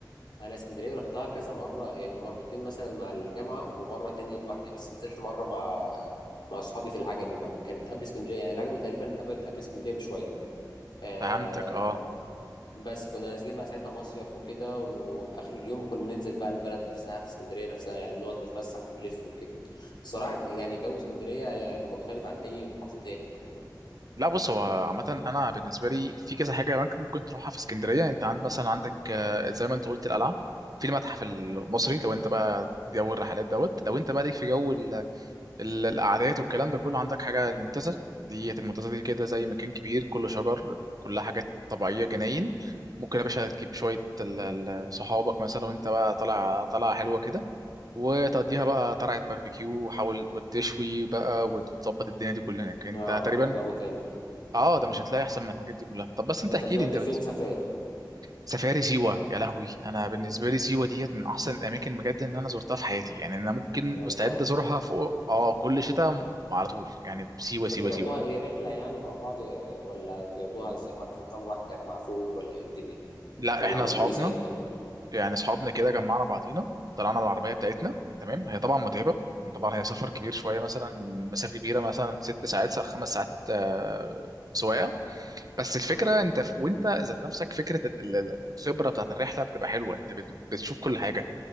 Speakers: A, on the left; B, on the right.
A: انا اسكندريه رحتها كذا مره يعني مرتين مثلا مع الجامعه ومره تاني لوحدي بس نزلت مره مع مع اصحابي في العجمي بقى كانت قبل اسكندريه يعني العجمي تقريبا قبل قبل اسكندريه بشويه آه
B: فهمتك اه
A: بس كنا نازلين بقى ساعتها مصيف وكده واخر اليوم كنا ننزل بقى البلد نفسها في اسكندريه نفسها يعني نقعد نتفسح ونلف وكده الصراحه ك- يعني جو اسكندريه مختلف عن اي محافظه تاني عموما
B: لا بص هو عامة أنا بالنسبة لي في كذا حاجة ممكن ممكن تروحها في اسكندرية أنت عند مثلا عندك آه، زي ما أنت قلت القلعة في المتحف المصري لو أنت بقى جو الرحلات دوت لو أنت بقى ليك في جو ال- القعدات والكلام ده كله عندك حاجة المنتزه دي المنتزه دي كده زي مكان كبير كله شجر كلها حاجات طبيعية جناين ممكن يا باشا تجيب شوية ال- ال- صحابك مثلا وانت بقى طالع طالعة حلوة كده وتقضيها بقى طلعة باربيكيو وحاول وتشوي بقى وتظبط الدنيا دي كلها هناك انت
A: اه
B: تقريبا
A: ده جو تاني
B: اه ده مش هتلاقي احسن من الحاجات دي كلها طب بس انت
A: انت
B: احكي
A: طلعت
B: لي انت
A: فين سفاري
B: سفاري سيوة يا لهوي انا بالنسبه لي سيوة ديت من احسن الاماكن بجد ان انا زرتها في حياتي يعني انا ممكن
A: والله
B: مستعد ازورها فوق اه كل شتاء على طول يعني سيوة
A: طب
B: سيوة
A: طلعتوها
B: سيوة
A: ايه رحلة يعني مع بعض آه، ولا طلعتوها ازاي ولا طلعتها لوحدك مع فوج ولا ايه الدنيا
B: لا
A: ولا
B: احنا
A: عملتوا
B: اصحابنا
A: ايه ساعتها
B: يعني اصحابنا كده جمعنا بعضينا طلعنا بالعربيه بتاعتنا تمام هي طبعا متعبه طبعا هي سفر كبير شويه مثلا مسافه كبيره مثلا ست ساعات خمس ساعات آه، سواقه بس الفكره
A: امم
B: انت ف... وانت ذات نفسك فكره ال- ال- الخبره بتاعت الرحله بتبقى حلوه انت بت... بتشوف كل حاجه